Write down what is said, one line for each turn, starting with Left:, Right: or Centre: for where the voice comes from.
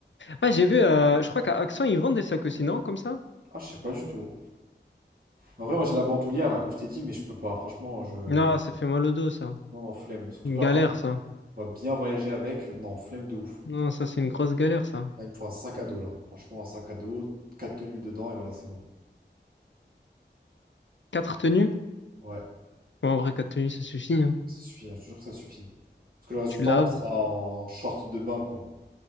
Left: Ah, j'ai vu, euh, je crois qu'à Auchan, ils vendent des sacs aussi, non? Comme ça?
Right: Ah, je sais pas du tout. En vrai, moi, j'ai la bandoulière, là, comme je t'ai dit, mais je peux pas. Franchement, je... Non,
Left: Non, ça fait mal au dos, ça.
Right: non, non, flemme. Surtout
Left: Une
Right: que
Left: galère,
Right: là, on va,
Left: ça.
Right: on va bien voyager avec. Non, flemme de ouf.
Left: Non, ça, c'est une grosse galère, ça.
Right: Là, il me faut un sac à dos, là. Franchement, un sac à dos, quatre tenues dedans, et voilà, c'est bon.
Left: Quatre tenues?
Right: Ouais.
Left: Ouais, en vrai, quatre tenues, ça suffit, hein.
Right: Ça suffit, hein, je te jure que ça suffit. Parce que le reste
Left: Tu
Right: du temps,
Left: laves.
Right: on sera en short de bain, quoi.